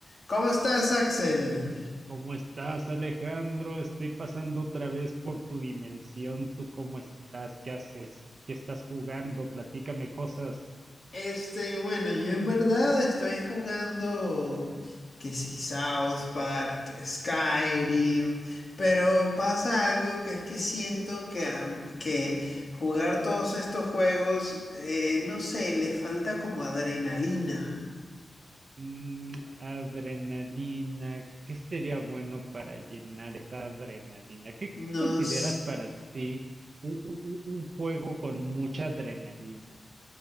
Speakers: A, on the left (about 40°); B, on the right (about 50°).
A: ¿Cómo estás, Axel?
B: ¿Cómo estás, Alejandro? Estoy pasando otra vez por tu dimensión. ¿Tú cómo estás? ¿Qué haces? ¿Qué estás jugando? Platícame cosas.
A: Este, bueno, yo en verdad estoy jugando que si South Park, que Skyrim, pero pasa algo que es que siento que, am- que jugar todos estos juegos, eh, no sé, le falta como adrenalina.
B: Mm, adrenalina. ¿Qué sería bueno para llenar esa adrenalina? ¿Qué qué
A: Nos,
B: consideras para ti un, un- un- un juego con mucha adrenalina?